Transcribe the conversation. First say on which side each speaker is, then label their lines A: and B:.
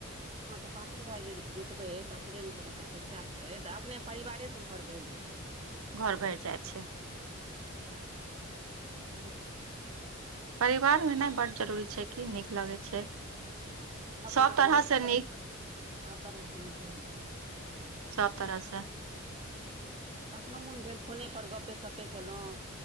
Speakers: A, on the right; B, on the right.
A: हँ तऽ पाँचो भााय जे जुटबे है सासुरे मे कोनो कर्तव्यता हेतै तऽ अपने परिवारे से घर भरि जेतै। <unintelligible>
B: घर भरि जाइ छै
A: <unintelligible> हमरा तऽ नीक लगैया
B: परिवार होनाइ बड्ड जरूरी छै कि नीक लगै छै
A: हम तऽ अपना
B: सभ
A: <unintelligible>
B: तरहसँ नीक
A: सब तरह सऽ निके होइ छै <unintelligible>
B: सभ तरहसँ
A: हँ कखनो मोन भेल फोने पर गपे सपे केलहुँ।